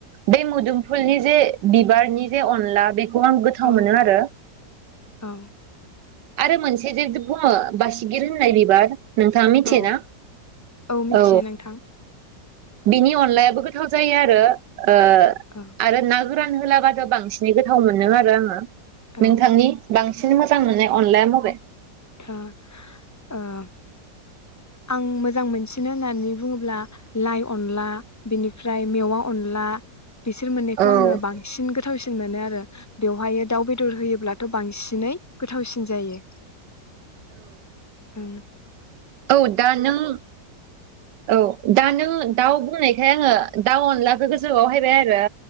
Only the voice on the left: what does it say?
औ
औ
औ मिथियो
नोंथां
औ
औ ओ
ओ ओ आं मोजां मोनसिनो होननानै बुङोब्ला लाइ अनला बिनिफ्राय मेवा अनला बिसोर मोननैखौ
आङो बांसिन गोथावसिन मोनो आरो बेवहायो दाउ बेदर होयोब्लाथ बांसिनै गोथावसिन जायो ओम